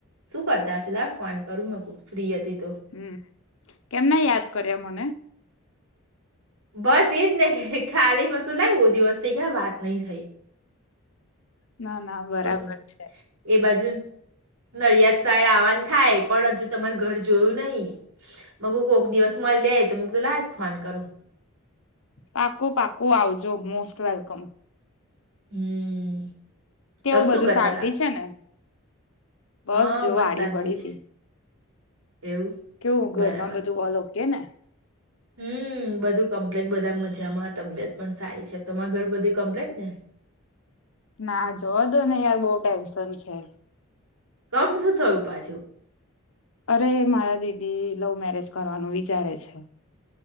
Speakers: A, on the right; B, on the left.
A: શું કરતા સિલા ફોન કરું મ ફ્રી હતી તો
B: હમ કેમના યાદ કર્યા મને હ
A: બસ એજ ને ખાલી પકું લાવ બહ દિવસથી ક્યા વાત નહી થઈ
B: ના ના બરાબર
A: તો તો
B: છે
A: એ બાજુ નડિયાદ સાઈડ આવવાનું થાય પણ હજુ તમાર ઘર જોયું નહીિ બગ કોક દિવસમાં લે તો મ તો લાય જ ફોન કરું
B: પાકું પાકું આવજો મોસ્ટ વેલકમ
A: હમ
B: કેવું
A: તમે
B: બધું
A: શું કરતા
B: શાંતિ
A: તા
B: છે ને? બસ
A: હા
B: જો આડી
A: શાંતિ
B: પડી
A: છે
B: તી.
A: એવું
B: કેવું
A: બરાબર
B: ઘર માં બધું ઓલો તેને
A: હમ્મ, બધું કમ્પ્લીટ બધા મજામાં તબિયત પણ સારી છે. તમારા ઘર બધી કમ્પ્લીટ ને?
B: ના જોવા દો ને યાર બહુ ટેન્શન છે.
A: કમ શું થયું પાછું?
B: અરે મારા દીદી લવ મેરેજ કરવાનું વિચારે છે.